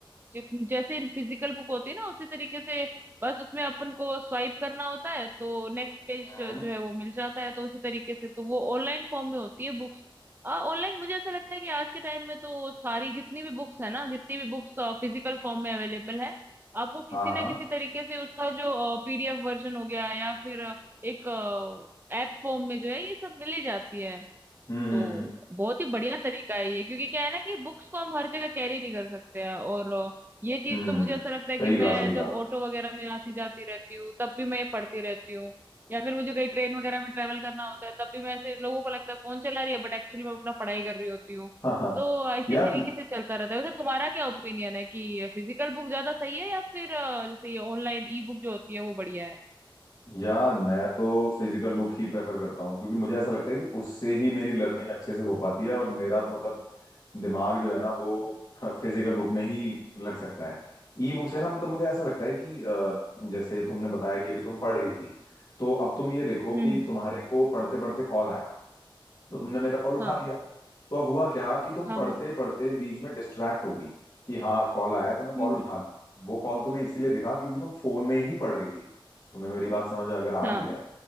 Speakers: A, on the right; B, on the left.
A: जित- जैसे फिजिकल बुक होती है ना उसी तरीके से बस उसमें अपन को स्वाइप करना होता है तो नेक्स्ट पेज
B: हम्म
A: जो है वो मिल जाता है तो उसी तरीके से तो वो ऑनलाइन फॉर्म में होती है बुक्स ऑनलाइन मुझे ऐसा लगता है कि आज के टाइम में तो सारी जितनी भी बुक्स है ना जितनी भी बुक्स फिजिकल फॉर्म में अवेलेबल है आपको किसी
B: हाँ हाँ
A: ना किसी तरीके से उसका जो पीडीएफ वर्जन हो गया या फिर अ, एक ऐप फॉर्म में जो है ये सब मिल ही जाती है
B: हम्म
A: तो
B: हम्म हम्म
A: बहुत ही बढ़िया तरीका है ये क्योंकि क्या है ना कि बुक्स को हम हर जगह कैरी नहीं कर सकते हैं और अ, ये चीज
B: हम्म
A: तो मुझे ऐसा
B: सही
A: लगता है कि मैं
B: कहा सही कहा
A: जब ऑटो वगैरह में आती जाती रहती हूँ तब भी मैं ये पढ़ती रहती हूँ या फिर मुझे कहीं ट्रेन वगैरह में ट्रेवल करना होता है तब भी मैं ऐसे लोगों को लगता है फोन चला रही है बट एक्चुअली मैं अपना पढ़ाई कर रही होती हूँ
B: हाँ हाँ
A: तो इसी
B: यार
A: तरीके से चलता रहता है वैसे तुम्हारा क्या ओपिनियन है कि फिजिकल बुक ज्यादा सही है या फिर अ, जैसे ये ऑनलाइन ई बुक जो होती है वो बढ़िया है
B: यार मैं तो फिजिकल बुक ही प्रेफर करता हूँ क्योंकि मुझे ऐसा लगता है कि उससे ही मेरी लर्निंग अच्छे से हो पाती है और मेरा तो मतलब दिमाग जो है ना वो <laughs> फिजिकल बुक में ही लग सकता है ई बुक से ना मतलब मुझे ऐसा लगता है कि अ, जैसे तुमने बताया कि अभी तुम पढ़ रही थी तो अब तुम ये देखो कि
A: हम्म
B: तुम्हारे को पढ़ते पढ़ते कॉल आया तो तुमने मेरा कॉल उठा
A: हाँ
B: लिया तो अब हुआ क्या कि तुम
A: हाँ
B: पढ़ते
A: हाँ
B: पढ़ते बीच में डिस्ट्रैक्ट हो गई कि हाँ कॉल आया है तो मैं
A: हम्म
B: कॉल उठा
A: हम्म,
B: लूँ वो कॉल तुम्हें इसीलिए दिखा क्योंकि तुम फोन में ही पढ़ रही थी तुम्हें मेरी बात समझ अगर आ
A: हाँ
B: रही है